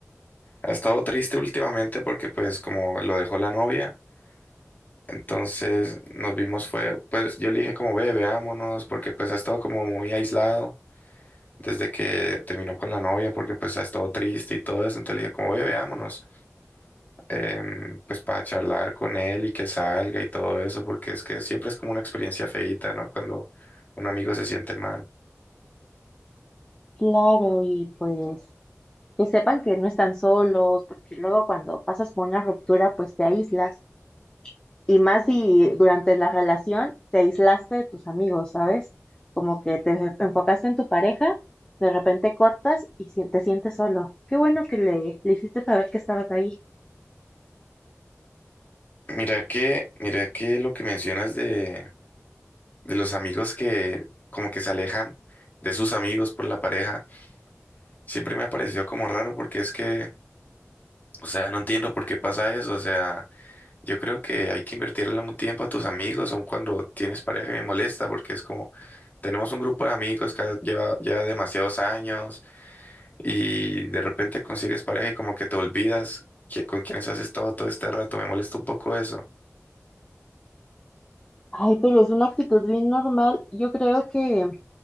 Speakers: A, on the left; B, on the left.
A: ha estado triste últimamente porque pues como lo dejó la novia. Entonces nos vimos fue, pues yo le dije como ve, veámonos porque pues ha estado como muy aislado. desde que terminó con la novia porque pues ha estado triste y todo eso. Entonces le dije como, ve, veámonos, em, pues para charlar con él y que salga y todo eso, porque es que siempre es como una experiencia feíta, ¿no? Cuando un amigo se siente mal.
B: Claro, y pues que sepan que no están solos, porque luego cuando pasas por una ruptura, pues te aíslas. Y más si durante la relación te aislaste de tus amigos, ¿sabes? Como que te enfocaste en tu pareja, de repente cortas y si- te sientes solo. Qué bueno que le, le hiciste saber que estabas ahí.
A: Mira que, mira que lo que mencionas de, de los amigos que como que se alejan de sus amigos por la pareja, siempre me ha parecido como raro porque es que, o sea, no entiendo por qué pasa eso, o sea... Yo creo que hay que invertirle un tiempo a tus amigos, aun cuando tienes pareja, y me molesta porque es como, tenemos un grupo de amigos que lleva ya demasiados años y de repente consigues pareja y como que te olvidas que- con quienes has estado todo este rato, me molesta un poco eso.
B: Ay, pero es una actitud bien normal. Yo creo que,